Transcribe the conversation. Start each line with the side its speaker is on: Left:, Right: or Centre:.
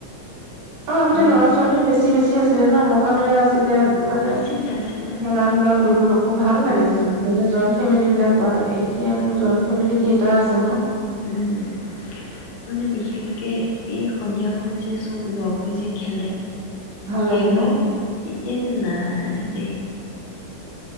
Right: অ আগতে
Left: আমাৰ
Right: ল'ৰা ছোৱালীও বেছি বেছি। আছিলে ন ম। থকা মিলা আছিলে মানে
Left: আছিলে
Right: খেলা
Left: আছিলে
Right: ধূলা কৰিবলৈকো ভাল লাগে
Left: উম
Right: মানে জ। ফেমিল বিলাক বা এতিয়ানো জইন ফেমিলি কেইটা আছে ন
Left: উম মানে বিশেষকে এই সন্ধিয়া সময়ত যে চব লগ হৈ য খেলে।
Right: ভাল
Left: সেইবিলাক
Right: লাগে ন
Left: এতিয়াতো নাই। হে